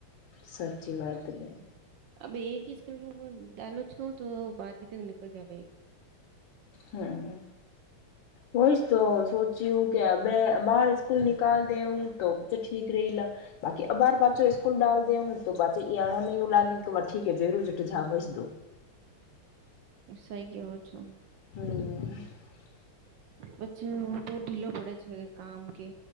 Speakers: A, on the left; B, on the right.
A: સાચી વાતત બે
B: અ એક સ્કૂલ્મ ડાલો છો તો બાર ક ત નિકલ જાવે
A: હમ હોઈશ તો સોચી હું કે બે બહાર સ્કૂલ નિકાલ દે હું તો બચ્છા ઠીક રહી બાકી અબાર પાછો સ્કૂલ ડાલ દેઉું તો પાછે અણાયું લાગે કેઠીકે જયરૂ જાડેજા સમજ દો
B: સ કેવો છો
A: હમ
B: પ્છી હું તો ઢીલો પડે છે કામ કે